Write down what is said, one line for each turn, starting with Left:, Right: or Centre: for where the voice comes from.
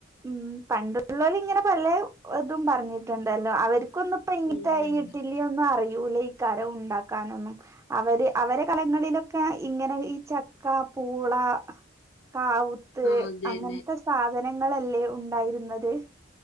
Right: ഉം പണ്ടുള്ളോല് ഇങ്ങനെ പലേ ഇതും പറഞ്ഞിട്ടുണ്ടല്ലോ അവർക്കൊന്ന് പ്പ ഇങ്ങനത്തെ
Left: ഉണ്ട് ഉണ്ട്
Right: ഈ ലൊന്നും അറിയൂലെകാരം ഉണ്ടാക്കാനൊന്നും അവര് അവരെ കലങ്ങളിലൊക്കെ ഇങ്ങനെ ചക്ക പൂള കാവുത്ത്
Left: ആ അതെ
Right: അങ്ങനത്തെ
Left: തന്നെ
Right: സാധനങ്ങളല്ലേ ഉണ്ടായിരുന്നത്